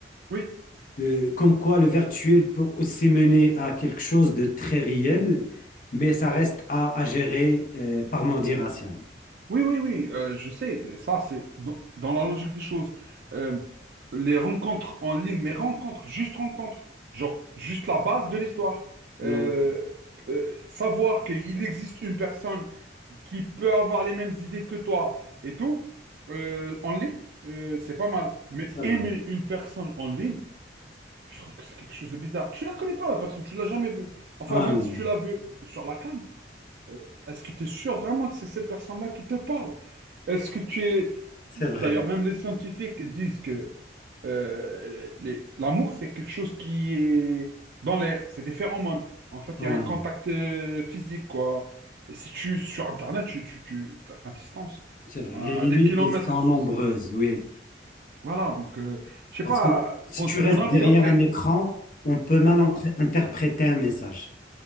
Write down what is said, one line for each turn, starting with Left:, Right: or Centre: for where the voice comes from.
Right: Oui.
Left: Euh, comme quoi le virtuel peut aussi mener à quelque chose de très réel, mais ça reste à, à gérer euh, par modération.
Right: Oui, oui, oui, euh, je sais, ça c'est dans, dans la logique des choses. Euh, les rencontres en ligne, mais rencontres, juste rencontres, genre juste la base de l'histoire.
Left: Non,
Right: Euh, euh, savoir qu'il existe une personne qui peut avoir les mêmes idées que toi et tout, euh, en ligne, euh, c'est pas mal. Mais
Left: c'est vrai.
Right: aimer une personne en ligne, je trouve que c'est quelque chose de bizarre. Tu la connais pas, la personne, tu l'as jamais vue. Enfin,
Left: Ah
Right: même
Left: oui,
Right: si tu l'as vue sur la cam, euh, est-ce que tu es sûr vraiment que c'est cette personne-là qui te parle? Est-ce que tu es...
Left: c'est
Right: D'ailleurs,
Left: vrai.
Right: même les scientifiques disent que euh, les- l'amour, c'est quelque chose qui est dans l'air, c'est des phéromones. En fait,
Left: Ouais,
Right: il y a un contact
Left: ouais,
Right: euh, physique, quoi. Et si tu, sur Internet, tu, tu, tu- enfin, à distance,
Left: c'est vrai.
Right: à,
Left: Les limites,
Right: à des kilomètres.
Left: elles sont
Right: sous-
Left: nombreuses, oui.
Right: Voilà, donc, euh, je sais
Left: Parce
Right: pas,
Left: que si
Right: bon,
Left: tu
Right: c'est
Left: restes
Right: mon avis
Left: derrière
Right: après.
Left: un écran, on peut mal
Right: Ouais, voilà,
Left: intré- interpréter un message.